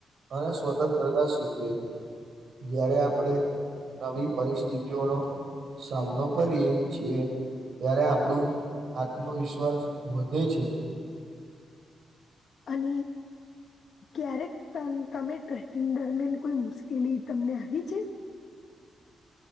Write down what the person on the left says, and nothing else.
અને ક્યારેક ત તમે ટ્રેકિંગ દરમિયાન કોઈ મુશ્કેલી તમને આવી છે.